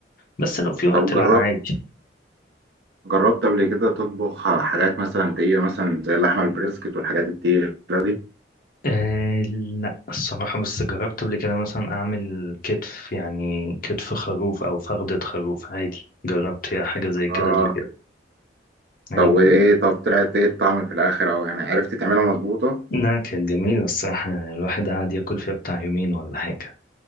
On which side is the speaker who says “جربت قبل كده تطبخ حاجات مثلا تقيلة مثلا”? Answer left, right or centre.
Right